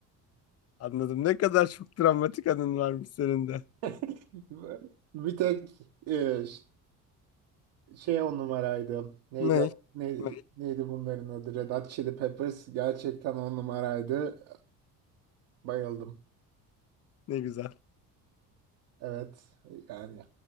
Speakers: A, on the left; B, on the right.
A: Anladım. Ne kadar çok Travmatika'nın varmış senin de.
B: <laughs> Bir tek e, ş- şey on numaraydı. Neydi,
A: Ne?
B: neydi,
A: Ne?
B: neydi bunların adı? Red Hot Chili Peppers gerçekten on numaraydı. Bayıldım.
A: Ne güzel.
B: Evet, yani.